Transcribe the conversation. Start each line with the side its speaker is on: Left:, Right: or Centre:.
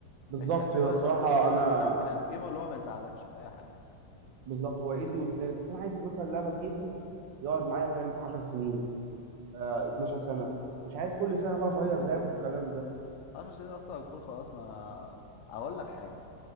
Right: بالظبط
Left: محتاجه
Right: هو
Left: بقى
Right: الصراحه
Left: للشغل وكده
Right: انا
Left: فانا هنجيبه اللي هو ما يزعلكش في اي حاجه
Right: بالظبط هو ايدي وسناني بس انا عايز مثلا لعبه اجيبه يقعد معايا فاهم 10 سنين آه 12 سنه مش عايز كل سنه
Left: يا عم
Right: بقى
Left: 10
Right: اغير
Left: سنين
Right: لعب والكلام ده
Left: 10 سنين اصلا هتكون خلاص ما اقول لك حاجه